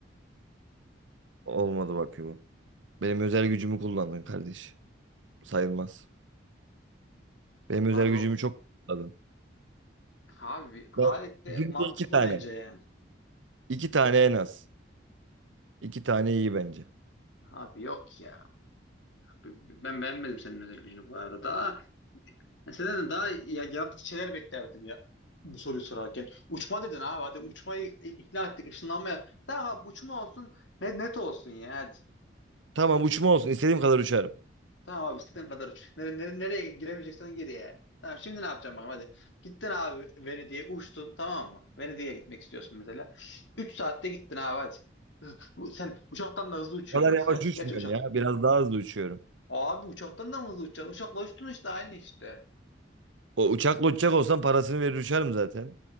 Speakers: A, on the right; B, on the left.
A: Olmadı bak bu. Benim özel gücümü kullandın kardeş. Sayılmaz. Benim özel
B: Abi
A: gücümü
B: o-
A: çok kullandın.
B: abi gayet
A: Ben
B: de
A: günde
B: mantıklı
A: iki tane.
B: bence yani.
A: İki tane en az. İki tane iyi bence.
B: Abi yok ya. Abi Ben beğenmedim senin özel gücünü bu arada. Daha ben senden de daha ya, yaratıcı şeyler beklerdim ya bu soruyu sorarken. Uçma dedin abi hadi uçmayı i- ikna ettik ışınlanmaya. Tamam abi uçma olsun net, net olsun ya.
A: Tamam uçma olsun. İstediğim kadar uçarım.
B: Tamam abi istediğin kadar uç. Nere, nere- nereye giremeyeceksen gir yani. Tamam şimdi ne yapacağım bakalım hadi. Gittin abi Venedik'e uçtun tamam mı? Venedik'e gitmek istiyorsun mesela. üç saatte gittin abi hadi. <laughs> Hı, Bu- Sen uçaktan da hızlı uçuyorsun
A: O kadar
B: mesela.
A: yavaş uçmuyorum
B: Gerçi uçak.
A: ya. Biraz daha hızlı uçuyorum.
B: Abi uçaktan da mı hızlı uçacaksın? Uçakla uçtun işte aynı işte.
A: O uçakla uçacak olsam parasını verir uçarım zaten.